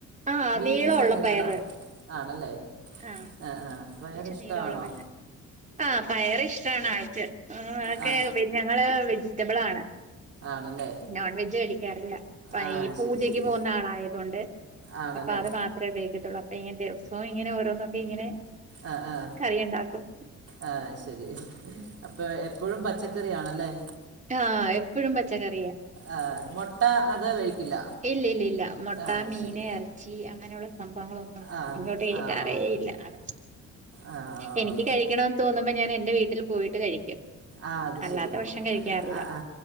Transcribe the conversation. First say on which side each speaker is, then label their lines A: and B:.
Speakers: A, on the right; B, on the right.
A: ആഹ്
B: ബീൻസ്
A: നീളമുള്ള
B: അങ്ങനെയാണോ
A: പയറ്
B: ആണല്ലേ
A: ആഹ്
B: ആ ആ പയർ
A: കുറച്ച്
B: ഇഷ്ടമാണോ
A: നീളവുള്ള പയറ് ആ പയർ ഇഷ് ട്ടാണ് ആൾക്ക് ആ അക്കെ
B: ആ
A: ഞങ്ങള് വെജിറ്റബിൾ ആണ്
B: ആണല്ലേ
A: നോൺ വെജ് കഴിക്കാറില്ല അപ്പ
B: ആ
A: ഈ പൂജക്ക്
B: ശരി ശരി
A: പോകുന്ന ആളായതുകൊണ്ട്
B: ആണല്ലേ
A: അപ്പൊ അത് മാത്രമേ ഉപയോഗിക്കത്തുള്ളൂ <unintelligible> മോൻ ഇങ്ങനെ ഓരോന്ന് ഒക്കെ ഇങ്ങനെ
B: ആ ആ
A: കറി ഉണ്ടാക്കും
B: ആ ശരി അപ്പൊ എപ്പോഴും പച്ചക്കറി ആണല്ലേ
A: ആ എപ്പോഴും പച്ചക്കറിയാ
B: ആ മുട്ട അത് കഴിക്കില്ല
A: ഇല്ല ഇല്ല ഇല്ല മുട്ട
B: ആ
A: മീൻ
B: ശരി
A: ഇറച്ചി അങ്ങനെയുള്ള - സംഭവങ്ങളൊന്നും
B: ആ
A: ഇങ്ങോട്ട് കേറ്റാറേയില്ല
B: ആ ഓക്കെ ഓക്കെ
A: ആ
B: ആ
A: എനിക്ക്
B: ഓക്കെ
A: കഴിക്കണംന്ന് തോന്നുമ്പ ഞാനെൻ റ്റെ വീട്ടില് പോയിട്ട് കഴിക്കും.
B: ആ അത്
A: അല്ലാത്ത
B: ശരി. അപ്പൊ
A: പക്ഷം കഴിക്കാറില്ല
B: ആ ആ